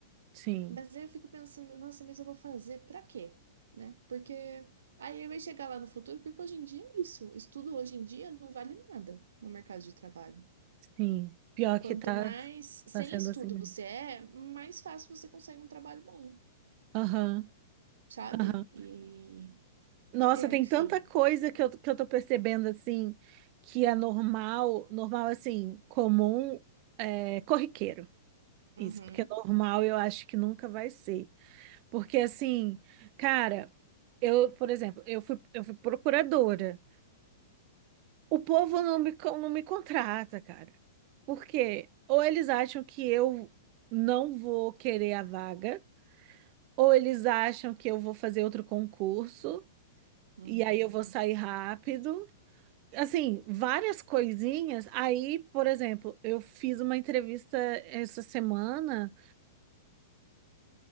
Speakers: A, on the right; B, on the right.
A: sim,
B: Mas aí eu fico pensando, nossa, mas eu vou fazer pra quê? Né? Porque aí vai chegar lá no futuro, porque hoje em dia é isso. Estudo hoje em dia não vale nada no mercado de trabalho.
A: sim, pior
B: Quanto
A: que tá,
B: mais sem
A: tá sendo
B: estudo
A: assim mesmo,
B: você é, mais fácil você consegue um trabalho bom,
A: aham,
B: sabe?
A: aham,
B: E,
A: nossa,
B: é,
A: tem
B: enfim.
A: tanta coisa que eu, que eu tô percebendo, assim, que é normal, normal, assim, comum, é, corriqueiro,
B: Uhum,
A: isso, porque normal eu acho que nunca vai ser, Porque assim, cara, eu, por exemplo, eu fui, eu fui procuradora. O povo não me, con- não me contrata, cara. Por quê? Ou eles acham que eu não vou querer a vaga, ou eles acham que eu vou fazer outro concurso
B: uhum,
A: e aí eu vou sair rápido. Assim, várias coisinhas. Aí, por exemplo, eu fiz uma entrevista essa semana